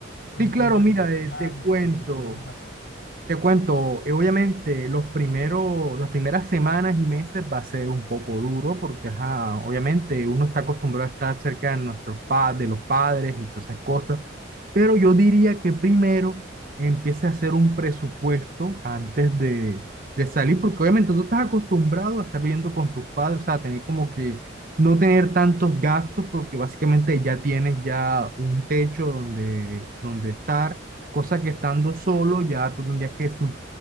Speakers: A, on the left; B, on the right.
A: que
B: Sí,
A: me puedes
B: claro,
A: recomendar
B: mira, eh, te
A: o
B: cuento.
A: qué podemos hacer.
B: Te cuento, eh, obviamente los primeros, las primeras semanas y meses va a ser un poco duro porque, ajá, obviamente uno está acostumbrado a estar cerca de nuestros padres, de los padres y todas esas cosas, pero yo diría que primero empiece a hacer un presupuesto antes de, de salir, porque obviamente tú estás acostumbrado a estar viviendo con tus padres, o sea, tener como que no tener tantos gastos porque básicamente ya tienes ya un techo donde, donde estar cosa que estando solo ya tú tendrías que sus-